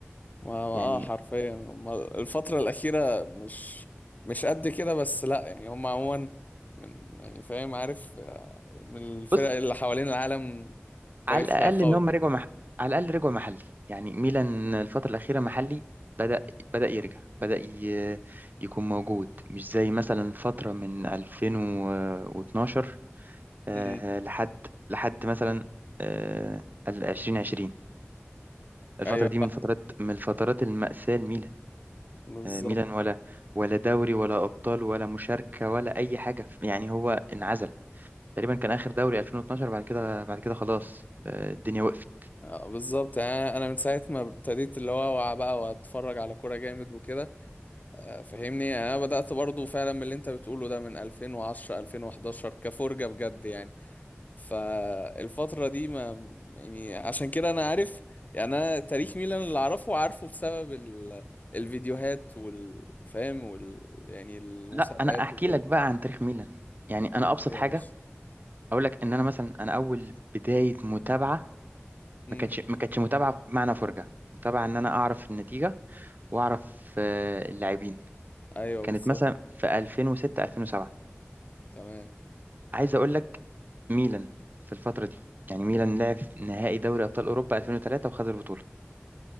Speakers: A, on the left; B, on the right.
A: ما ما-
B: يعني
A: اه حرفيا هما الفتره الاخيره مش مش قد كده بس لا يعني هم عموما من يعني فاهم عارف آه، من الفرق
B: بص
A: اللي حوالين العالم تاريخها
B: على الاقل
A: قوي
B: ان هم رجعوا مح... على الاقل رجعوا محلي يعني ميلان الفتره الاخيره محلي بدا بدا يرجع بدا ي... يكون موجود مش زي مثلا فتره من 2012 آه،
A: امم
B: لحد لحد مثلا آه، ال 2020 الفتره
A: ايوه
B: دي من فترات من الفترات المأساة لميلان
A: بالظبط
B: آه، ميلان ولا ولا دوري ولا أبطال ولا مشاركة ولا أي حاجة يعني هو انعزل تقريبا كان آخر دوري 2012 بعد كده بعد كده خلاص آه، الدنيا وقفت
A: آه، بالظبط يعني انا أنا من ساعه ما ابتديت اللي هو اوعى بقى واتفرج على كوره جامد وكده آه، فاهمني انا بدات برضو فعلا من اللي انت بتقوله ده من 2010 2011 كفرجه بجد يعني فالفتره دي ما يعني عشان كده انا عارف يعني انا تاريخ ميلان اللي اعرفه عارفه بسبب ال... الفيديوهات والفهم وال يعني المسابقات
B: لا أنا أحكي
A: وكده
B: لك بقى عن تاريخ ميلان يعني
A: تشكيل
B: أنا أبسط
A: يا
B: حاجة
A: باشا
B: أقول لك إن أنا مثلا أنا أول بداية متابعة
A: امم
B: ما كانتش ما كانتش متابعة بمعنى فرجة متابعة إن أنا أعرف النتيجة وأعرف آه، اللاعبين
A: ايوه
B: كانت
A: بالظبط
B: مثلا في 2006 2007
A: تمام
B: عايز اقول لك ميلان في الفتره دي يعني ميلان لعب نهائي دوري ابطال اوروبا 2003 وخد البطوله